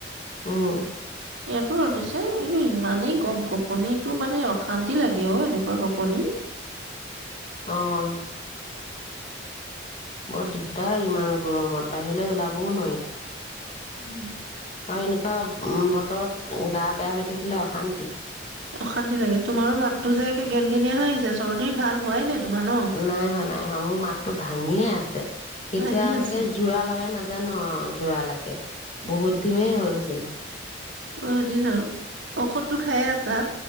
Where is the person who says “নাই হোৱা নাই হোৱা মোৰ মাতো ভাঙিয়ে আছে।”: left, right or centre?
Left